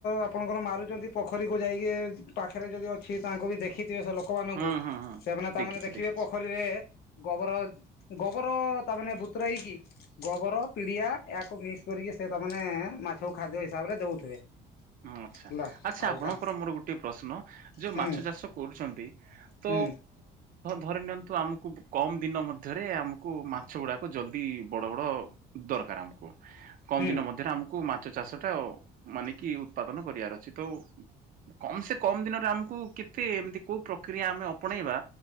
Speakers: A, on the left; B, on the right.
A: ଆପଣଙ୍କର ମାରୁଛନ୍ତି ପୋଖରୀକୁ ଯାଇ। ଟେ ପାଖରେ ଯଦି ଅଛି ତାଙ୍କୁ ବି ଦେଖିଥିବେ ସେ ଲୋକ। ଲୋକମାନଙ୍କୁ
B: ହଁ ହଁ ହଁ
A: ସେମାନେ
B: ଦେଖିଛି
A: ତାମାନେ ଦେଖିବେ
B: ଦେଖିଛି
A: ପୋଖରୀରେ ଗୋବର ଗୋବର ତା ମାନେ ବୁତୁରେଇ କି ଗୋବର ପିଡିଆ ଏହାକୁ ମିକ୍ସ କରିକି ସେ ତାମାନେ ମାଛକୁ ଖାଦ୍ୟ ହିସାବରେ ଦଉଥିବେ।
B: ହଁ ଆଚ୍ଛା
A: ହେଲା
B: ଆଚ୍ଛା
A: ଆଉ
B: ଆପଣଙ୍କର
A: କାଁ
B: ମୋର ଗୋଟଏ ପ୍ରଶ୍ନ? ଯୋଉ
A: ହୁଁ
B: ମାଛ ଚାଷ କରୁଛନ୍ତି ତ
A: ହୁଁ
B: ଧରି ନିଅନ୍ତୁ ଆମକୁ କମ୍ ଦିନ ମଧ୍ୟରେ ଆମକୁ ମାଛ ଗୁଡ଼ାକ ଜଲ୍ଦି ବଡ଼ ବଡ଼ ଦରକାର ଆମକୁ କମ୍
A: ହୁଁ
B: ଦିନ ମଧ୍ୟରେ ଆମକୁ ମାଛ ଚାଷ ଟା ମାନେ କି ଉତ୍ପାଦନ କରିବାର ଅଛି ତ କମ୍ ସେ କମ୍ ଦିନରେ ଆମକୁ କେତେ ଏମତି କୋଉ ପ୍ରକ୍ରିୟା ଆମେ ଅପଣେଇବା।